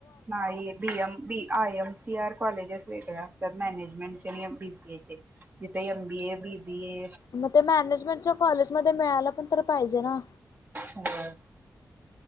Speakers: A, on the right (about 30°); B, on the left (about 65°).
A: नाही B M B I M C R colleges वेगळेया अस मॅनेजमेंट चे आणि म बी सी ए चे तिथे एम बी ए बी बी ए
B: म ते मॅनेजमेंटच्या कॉलेजमध्ये मिळायला पण तर पाहिजे ना.
A: होय